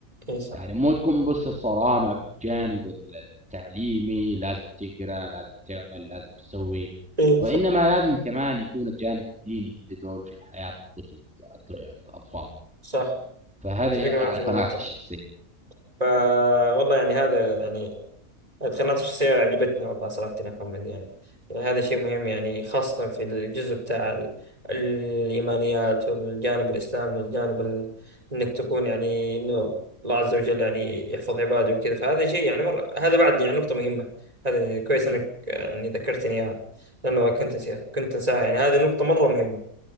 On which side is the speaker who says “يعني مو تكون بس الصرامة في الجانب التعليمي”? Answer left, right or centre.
Centre